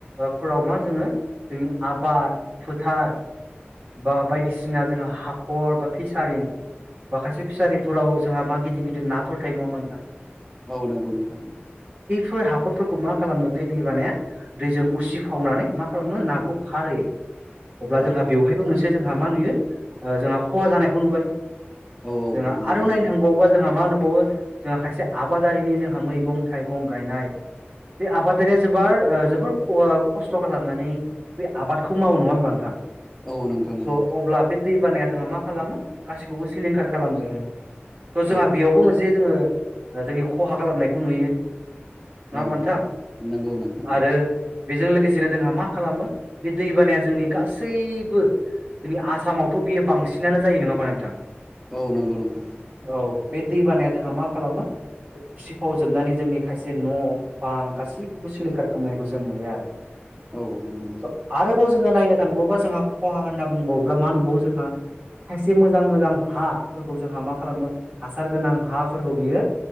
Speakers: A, on the right; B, in the centre.
A: फोराव मा जोङो जोंनि आबाद फोथार बा बायदिसिना जोंहा हाखर बा फिसारिं माखासे फिसारिंफोराव जोंहा मा गिदिर गिदिर नाफोर थायो नङा होमबा नोंथां।
B: औ नंगौ नोंथां औ।
A: फोर हाखरफोरखौ मा खालामो बे दै बानाया दैजों उसिफावनानै मा खालामो नाखौ खारहोयो अब्ला
B: औ
A: जोंहा बेवहायबो मोनसे जोंहा मा नुयो जोंहा खहा जानायखौ नुबाय
B: औ औ
A: जोंहा
B: नंगौ
A: आरो
B: नोंथां
A: नायनो थांबावोबा जोंहा मा होनो वो जोंहा खायसे आबादारिनि जोंहा मैगं थाइगं गायनाय बे आबादारिया जोबार ओ जोबोर ख आ खस्थ' खालामनानै बे आबादखौ मावो नङा होमबा नोंथां?
B: औ नोंथां नंगौ
A: स' अब्ला बे दै बानाया जोंहा मा खालामो गाैखौबो सिलिंखार खालामजोबो। स' जोंहा
B: औ
A: बेयावबो मोनसे जोङो ओ जोंनि खहा खालामनायखौ नुयो ना
B: औ
A: होमबा नोंथां?
B: नंगौ नोंथां
A: आरो बेजों लोगोसेनो जोंहा मा खालामो बे दैबानाया जोंनि गासै जोंनि आसामावथ' बियो बांसिनानो जायो नङा होमबा नोंथां?
B: औ नंगौ नोंथां।
A: औ बे दैबानाया जोंहा मा खालामो? उसिफाव जोबनानै जोंनि खायसे न' बां गासैखौबो सिलिंखार खालामनायखौ जों नुयो आरो।
B: औ नंगौ नोंथां
A: स' आरोबाव जोंङो नायनो थांबावोबा जोंहा खहा होनना बुंबावोब्ला मा नुबावो जोंहा खायसे मोजां मोजां हा फोरखौ जोंहा मा खालामो हासार गोनां हाफोरखौ बियो